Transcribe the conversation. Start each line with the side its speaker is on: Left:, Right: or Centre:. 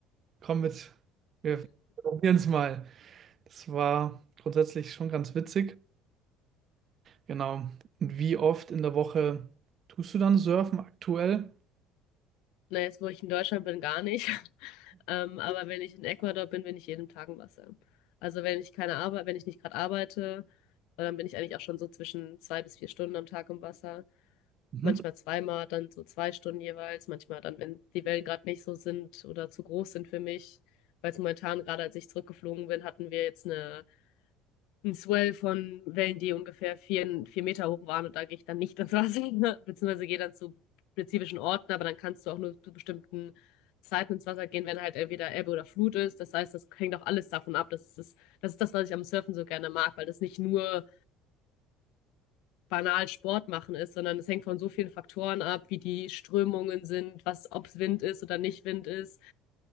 Right: komm mit, wir probieren es mal. Das war grundsätzlich schon ganz witzig. Genau. Und wie oft in der Woche tust du dann surfen aktuell?
Left: Na, jetzt, wo ich in Deutschland bin, gar nicht. <laughs> Ähm, aber wenn ich in Ecuador bin, bin ich jeden Tag im Wasser. Also wenn ich keine Arbeit, wenn ich nicht gerade arbeite, dann bin ich eigentlich auch schon so zwischen zwei bis vier Stunden am Tag im Wasser.
Right: Mhm.
Left: Manchmal zweimal, dann so zwei Stunden jeweils. Manchmal dann, wenn die Wellen gerade nicht so sind oder zu groß sind für mich. Weil es momentan, gerade als ich zurückgeflogen bin, hatten wir jetzt eine ein Swell von Wellen, die ungefähr vier, vier Meter hoch waren und da gehe ich dann nicht ins Wasser, <laughs> ne? beziehungsweise gehe dann zu spezifischen Orten, aber dann kannst du auch nur zu bestimmten Zeiten ins Wasser gehen, wenn halt entweder Ebbe oder Flut ist. Das heißt, das hängt auch alles davon ab. Das ist das, das ist das, was ich am Surfen so gerne mag, weil das nicht nur banal Sport machen ist, sondern es hängt von so vielen Faktoren ab, wie die Strömungen sind, was, ob es Wind ist oder nicht Wind ist,